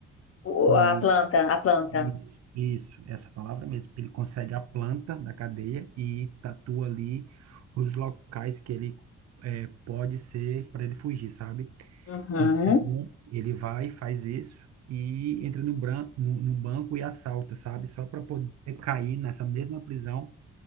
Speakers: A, on the left; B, on the right.
A: O-
B: o,
A: A planta, a planta.
B: isso, isso, essa palavra mesmo. Ele consegue a planta da cadeia e tatua ali os locais que ele é, pode ser para ele fugir, sabe?
A: Uhum.
B: Então, ele vai, faz isso e entra no, bran no, no banco e assalta, sabe? Só para poder cair nessa mesma prisão